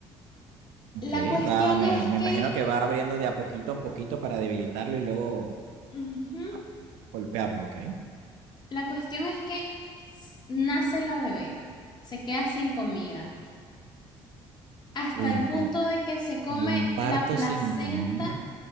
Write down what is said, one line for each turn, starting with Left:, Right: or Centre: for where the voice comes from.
Right: ok.
Left: La cuestión
Right: Va, me,
Left: es
Right: me
Left: que,
Right: imagino que va abriendo de a poquito en poquito para debilitarlo y luego
Left: ujú,
Right: ah, golpearlo, ok.
Left: la cuestión es que s- nace la bebé, se queda sin comida, hasta
Right: Uy,
Left: el punto
Right: y,
Left: de que se come
Right: y un parto
Left: la placenta
Right: sin comida.